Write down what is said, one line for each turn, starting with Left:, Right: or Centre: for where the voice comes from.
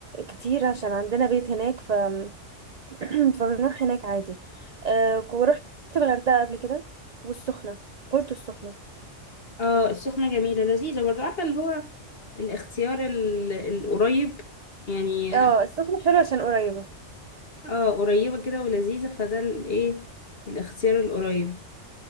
Right: كتير عشان عندنا بيت هناك ف <clears throat> فبنروح هناك عادي أه ورحت الغردقه قبل كده والسخنه بورتو السخنه
Left: اه السخنة جميلة لذيذة برضه عارفة اللي هو الاختيار ال- القريب يعني
Right: اه السخنه حلوه عشان قريبه
Left: اه قريبة كده ولذيذة فده الايه الاختيار القريب